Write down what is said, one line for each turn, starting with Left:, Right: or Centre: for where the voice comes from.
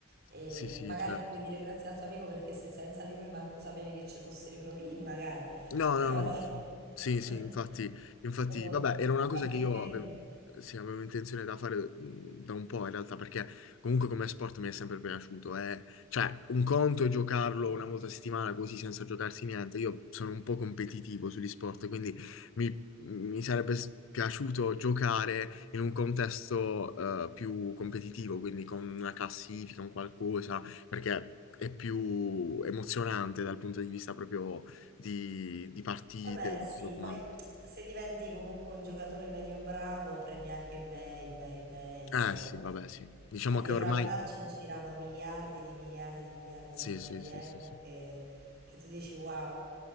Right: e
Left: Sì, sì,
Right: magari
Left: certo.
Right: puoi dire grazie al tuo amico perché se- senza di lui manco sapevi che ci fossero i provini, magari,
Left: No,
Right: però
Left: no, no.
Right: <laughs>
Left: Sì, sì, infatti, infatti,
Right: dopo,
Left: vabbè, era una
Right: a parte
Left: cosa che io
Right: quello.
Left: avevo, sì, avevo intenzione da fare mh, da un po' in realtà, perché comunque come sport mi è sempre piaciuto. eh. Cioè, un conto è giocarlo una volta a settimana così senza giocarsi niente. Io sono un po' competitivo sugli sport, quindi mi, mi sarebbe s- piaciuto giocare in un contesto eh, più competitivo, quindi con una classifica, un qualcosa, perché... È più emozionante dal punto di vista proprio di, di partite,
Right: Vabbè,
Left: di
Right: sì,
Left: tutto quanto.
Right: poi se diventi comunque un giocatore medio bravo, prendi anche bei, bei, bei
Left: Eh
Right: soldi.
Left: sì, vabbè, sì. Diciamo
Right: Eh, dietro
Left: che ormai...
Right: al calcio girano miliardi di miliardi di miliardi
Left: Sì,
Right: di, do-
Left: sì,
Right: di
Left: sì,
Right: euro
Left: sì, sì.
Right: che, che tu dici wow.